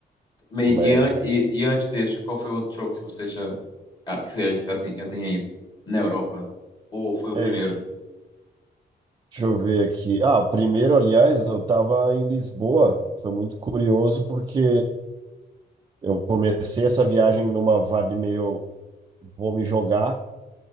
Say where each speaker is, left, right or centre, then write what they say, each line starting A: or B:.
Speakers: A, on the left (about 25°); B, on the right (about 25°).
A: me-
B: Mas
A: e, an- e, e antes desse, qual foi o outro show que você já, ah, que você já, tem- já tenha ido? Na Europa? Ou foi o
B: é,
A: primeiro? Não
B: deixa eu ver aqui. Ah, o primeiro, aliás, eu estava em Lisboa. Foi muito curioso porque eu comecei essa viagem numa vibe meio vou me jogar.